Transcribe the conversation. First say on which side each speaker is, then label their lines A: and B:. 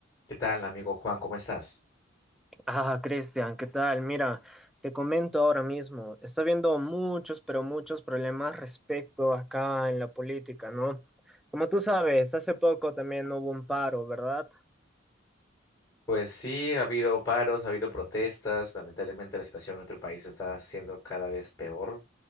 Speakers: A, on the left (about 15°); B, in the centre.
A: ¿Qué tal, amigo Juan? ¿Cómo estás?
B: Ah, Cristian, ¿qué tal? Mira, te comento ahora mismo, está habiendo muchos, pero muchos problemas respecto acá en la política, ¿no? Como tú sabes, hace poco también hubo un paro, ¿verdad?
A: Pues sí, ha habido paros, ha habido protestas. Lamentablemente la situación en nuestro país está siendo cada vez peor.